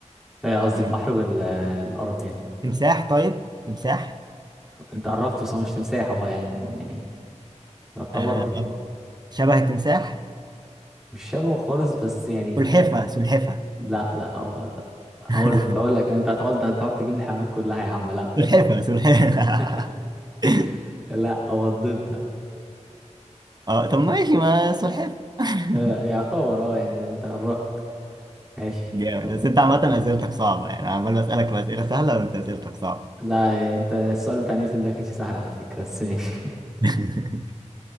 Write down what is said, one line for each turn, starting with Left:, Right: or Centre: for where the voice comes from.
Centre: آه، قصدي
Right: مم.
Centre: البحر والأرض يعني
Right: تمساح طيب تمساح
Centre: أنت قربت بس هو مش تمساح هو يعني يعني يعتبر
Right: آه شبه التمساح
Centre: مش شبهه خالص بس يعني
Right: سلحفة سلحفة
Centre: لا لا هو هقول
Right: <laughs>
Centre: لك هقول لك أنت هتقعد هتقعد تجيب لي حيوانات كلها يا عم لا
Right: سلحفة سلحفة
Centre: <laughs>
Right: <laughs>
Centre: لا هو الضيف ده
Right: اه طب ماشي ما سلحفة <laughs>
Centre: آه، يعتبر اه يعني أنت قربت ماشي
Right: جامد
Centre: يلا
Right: بس انت عامة اسئلتك صعبة يعني عمال بسألك في اسئلة سهلة وانت اسئلتك صعبة
Centre: لا أنت السؤال بتاع نيوتن ده كانش سهل على فكرة بس ماشي <laughs>
Right: <laughs>